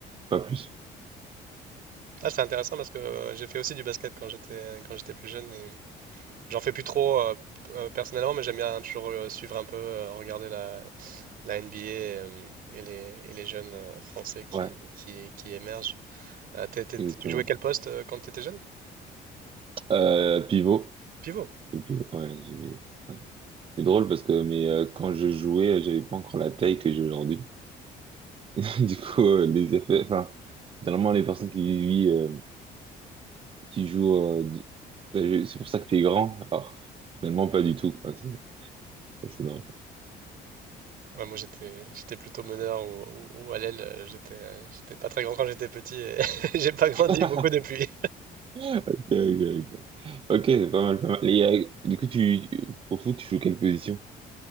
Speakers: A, on the right; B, on the right.
A: pas plus.
B: Ah, c'est intéressant parce que euh, j'ai fait aussi du basket quand j'étais, quand j'étais plus jeune J'en fais plus trop euh, p- euh, personnellement, mais j'aime bien toujours euh, suivre un peu, euh, regarder la, la NBA et, euh, et les, et les jeunes euh, Français qui,
A: Ouais,
B: qui, qui émergent. Euh, t'es- t'es-
A: exactement.
B: t'es- tu jouais quel poste euh, quand tu étais jeune?
A: Euh, pivot.
B: Pivot.
A: Et puis, ouais, j'ai... ouais. C'est drôle parce que mais euh, quand je jouais, euh, j'avais pas encore la taille que j'ai aujourd'hui. <laughs> Du coup, euh, les effets, enfin, normalement les personnes qui vivent, euh, qui jouent, euh, du- euh, c'est pour ça que t'es grand. Alors, finalement pas du tout, quoi. C'est c'est drôle.
B: Ouais, moi j'étais j'étais plutôt meneur ou, ou- ou à l'aile. euh, J'étais euh, j'étais pas très grand quand j'étais petit et <laughs> j'ai pas grandi
A: <laughs>
B: beaucoup depuis.
A: Ok, ok, ok. Ok, c'est pas mal, pas mal. Et, euh, du coup, tu au foot, tu joues quelle position?